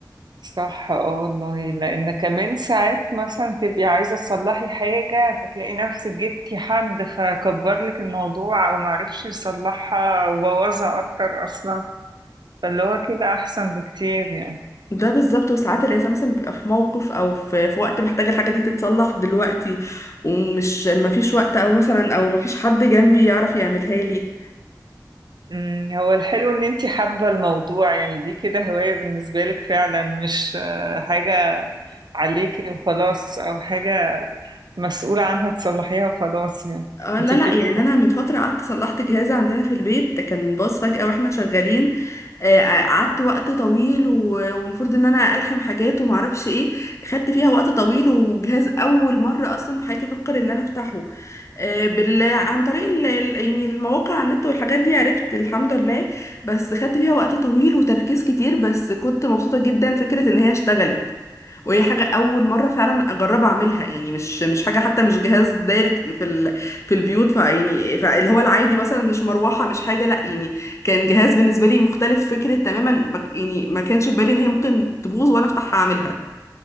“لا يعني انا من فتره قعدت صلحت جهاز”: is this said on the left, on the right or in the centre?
Left